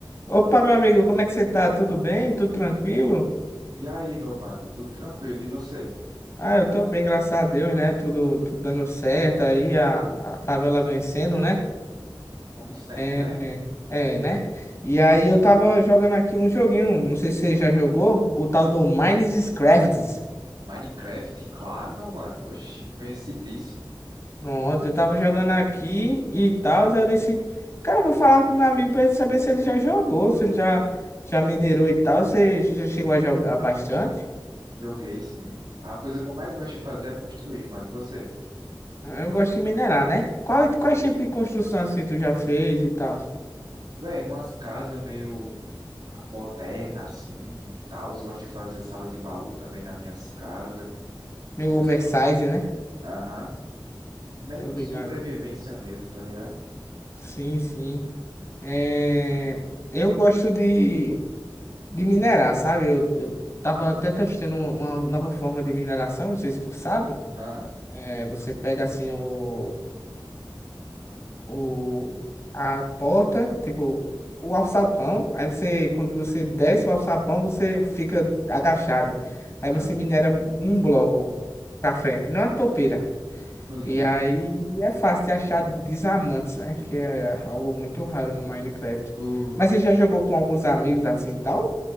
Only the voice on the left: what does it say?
Opa, meu amigo, como é que você tá? Tudo bem? Tudo tranquilo?
Ah, eu tô bem, graças a Deus, né? Tudo, tudo dando certo aí, a, a favela vencendo, né?
É,
é, né? E aí eu tava jogando aqui um joguinho, não sei se você já jogou, o tal do Minecraft.
Pronto, eu tava jogando aqui e tal, aí eu disse, cara, eu vou falar com meu amigo pra ele saber se ele já jogou, se ele já, já minerou e tal. Você já chegou a jogar bastante?
Eu gosto de minerar, né? Qual, quais tipos de construção assim tu já fez e tal?
Meio oversize,
né?
Tô ligado.
Sim, sim. É... Eu gosto de, de minerar, sabe? Eu, eu tava até testando uma, uma nova forma de mineração, não sei se tu sabe.
É, você pega assim o, o, a porta, tipo, o alçapão. Aí você, quando você desce o alçapão, você fica agachado. Aí
você minera um bloco pra frente, que não é uma topeira.
E aí é fácil de achar diamantes, né? Que é algo muito raro no Minecraft.
Mas você já jogou com alguns amigos assim, tal?